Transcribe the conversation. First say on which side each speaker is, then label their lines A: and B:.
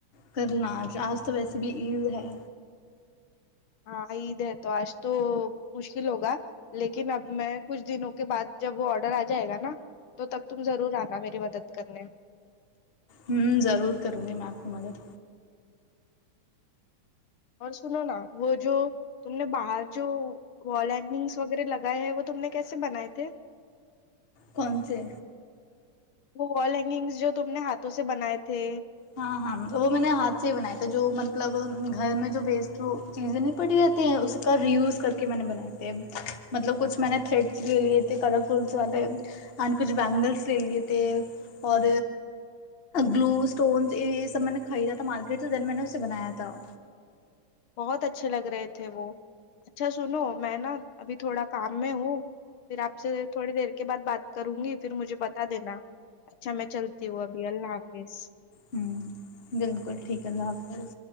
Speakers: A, on the left (about 35°); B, on the left (about 75°).
A: کرناج آج تو ویسے بھی عید ہے
B: ہاں عید ہے تو آج تو مشکل ہوگا لیکن اب میں کچھ دنوں کے بعد جب وہ آرڈر آ جائے گا نا تو تب تم ضرور آنا میری مدد کرنے
A: ہوں ضرور کروں گی میں آپ کی مدد
B: اور سنو نا وہ جو تم نے باہر جو وال ہینگنگس وغیرہ لگائے ہیں وہ تم نے کیسے بنائے تھے
A: کون سےے
B: وہ وال ہینگنگس جو تم نے ہاتھوں سے بنائے تھے
A: ہاں ہاں وہ میں نے ہاتھ سے ہی بناائے تھا جو مطلب گھر میں جو بیسٹ چیزیں نہیں پڑی رہتی ہیں اس کا ری وز کر کے میں نے بنائے تھے مطلب کچھ میں نے تھریڈس لے لیے تھے کلرفلس والے اینڈ کچھ بینگلس لے لیے تھے اور گلوس اسٹونس یہ سب میں نے خریدا تھا مارکیٹ سے دین میں نے اسے بنایا تھا
B: بہت اچھے لگ رہے تھے وہ اچھا سنو میں نا ابھی تھوڑا کام میں ہوں پھر آپ سے تھوڑی دیر کے بعد بات کروں گی پھر مجھے بتا دینا اچھا میں چلتی ہوں ابھی اللہ حفظ جیس
A: ہوں بالکل ٹھیک ہے اللہ حافظ